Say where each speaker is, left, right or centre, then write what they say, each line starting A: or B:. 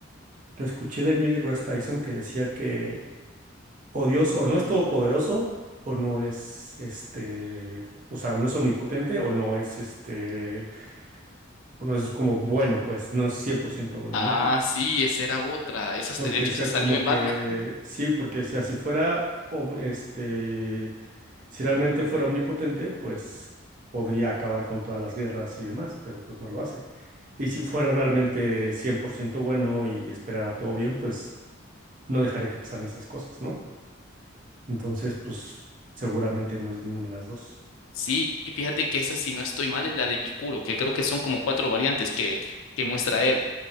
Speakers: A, on the right; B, on the left.
A: Lo escuché de Neil deGrasse Tyson que decía que o Dios o no es todopoderoso o no es este, o sea, o no es omnipotente o no es este, o no es como bueno, pues no es 100% bueno,
B: Ah,
A: ¿no? Por-
B: sí, esa era otra. Esa,
A: Porque
B: de hecho,
A: decía
B: esa salió
A: como
B: en Batman.
A: que sí, porque decía si fuera om- este, si realmente fuera omnipotente, pues podría acabar con todas las guerras y demás, pero pues no lo hace. Y si fuera realmente 100% bueno y esperara todo bien, pues no dejaría que pasaran esas cosas, ¿no? Entonces, pues seguramente no es ninguna de las dos.
B: Sí, y fíjate que esa, si no estoy mal, es la de Epicuro, que creo que son como cuatro variantes que, que muestra él,